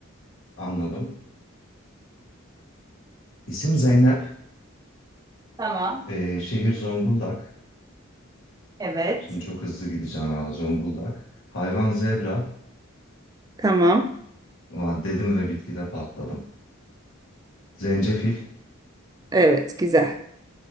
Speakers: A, on the left; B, on the right.
A: Anladım. İsim Zeynep.
B: Tamam.
A: Ee, şehir Zonguldak.
B: Evet.
A: Şimdi çok hızlı gideceğim ha Zonguldak. Hayvan zebra.
B: Tamam.
A: Ulan dedim ve bitkide patladım. Zencefil.
B: Evet, güzel.